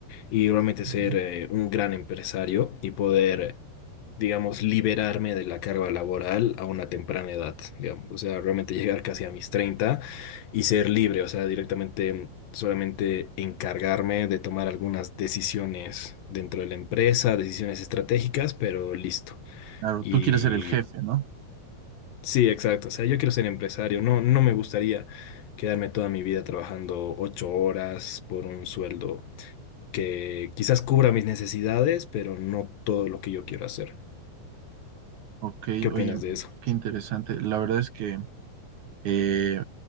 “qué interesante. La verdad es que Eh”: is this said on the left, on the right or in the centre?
Right